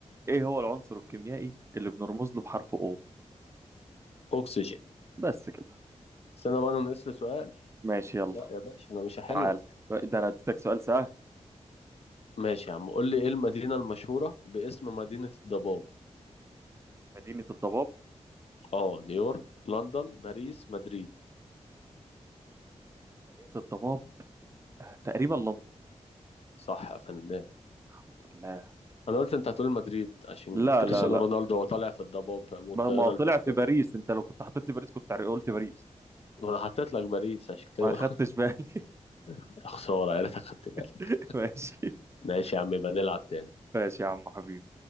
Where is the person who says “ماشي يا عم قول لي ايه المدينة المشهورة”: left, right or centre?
Left